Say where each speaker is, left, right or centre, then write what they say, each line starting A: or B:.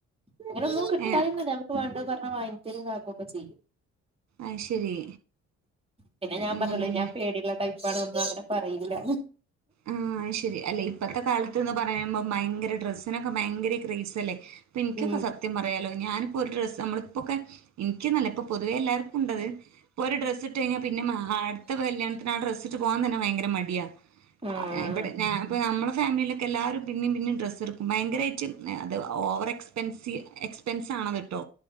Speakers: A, on the right; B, on the right.
A: ഇങ്ങനൊന്നും മുട്ടായിന്നൂല്ല
B: ഏഹ്
A: നുക്ക് വേണ് ആ പറഞ്ഞ <unintelligible> വാനരാക്കുമൊക്കെ ചെയ്യും
B: അയ്ശരി
A: പിന്നെ ഞാൻ
B: അങ്ങനെയല്ലേ
A: പറഞ്ഞില്ലെ ഞാൻ പേടിയുള്ള ടൈ പടൊന്നും അങ്ങനെ പറയൂല്ല
B: ആഹ ശരി അല്ലേ ഇപ്പത്തെ കാലത്ത്ന്ന് പറയുമ്പോ ഭയങ്കര ഡ്രസ്സിനൊക്കെ ഭയങ്കര ക്രേസ് അല്ലേ ഇപ്പൊ എനിക്കൊക്കെ
A: ഉം
B: സത്യം പറയാലോ ഞാൻ ഇപോ ഒരു ഡ്രസ്സ് നമ്മളിപ്പോക്ക എനക്ക്ന്നല്ല ഇപ്പ പൊതുവേ എല്ലാവർക്കും ഉണ്ടത് ഇപ്പോ ഒരു ഡ്രസ്ട്ട് കഴിഞ്ഞാ പിന്നെ അടുത്ത കല്യാണത്തിന് ഡ്രസ്ട്ട് പോവാൻ തന്നെ ഭയങ്കര മടി അദ്യ
A: ആഹ്
B: ആ ഞാ ഇവിടെ ഞാ ഇപ്പ നമ്മള ഫാമിലിയിലൊക്കെ എല്ലാരും പിന്നെം പിന്നേം ഡ്രസ്സ് എടുക്കും ഭയങ്കരമായിട്ട് ങാ അത് ങ് ഓവർ എക്സ്പെൻസീ എക്സ്പെൻസ് ആണത് കേട്ടോ